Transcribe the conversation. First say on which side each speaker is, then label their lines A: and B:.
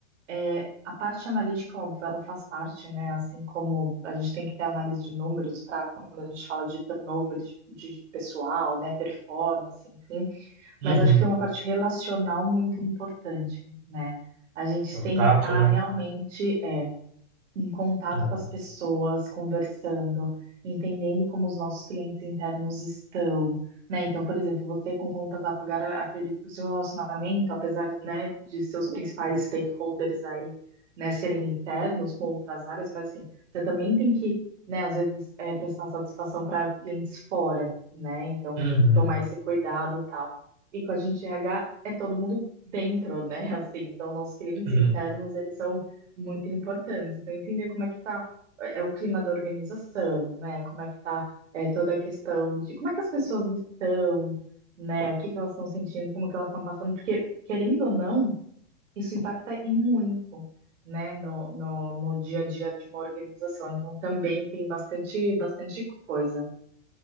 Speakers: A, on the right; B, on the right.
A: é, a parte analítica, óbvio, ela faz parte, né? Assim como a gente tem que ter análise de números para quando a gente fala de turnover de, de pessoal, né? Performance, enfim.
B: Uhum.
A: Mas acho que tem uma parte relacional muito importante, né? A gente
B: É O
A: tem
B: tato,
A: que estar
B: né?
A: realmente em contato
B: É.
A: com as pessoas, conversando, entendendo como os nossos clientes internos estão, né? Então, por exemplo, você com contas a pagar, acredito que o seu relacionamento, apesar, né, de seus principais stakeholders aí, né, serem internos com outras áreas, mas assim, você também tem que, né, às vezes é, prestar satisfação para clientes fora, né? Então,
B: Uhum.
A: tomar esse cuidado, e tal. E com a gente RH é todo mundo dentro, né? <laughs> Assim, então nossos clientes
B: Uhum.
A: internos, eles são muito importantes. Então, entender como é que tá é, é o clima da organização, né? Como é que tá é, toda a questão de como é que as pessoas estão, né? O que que elas estão sentindo, como que elas estão passando, porque, querendo ou não, isso impacta e muito, né? No, no, no dia a dia de uma organização. Então, também tem bastante, bastante coisa.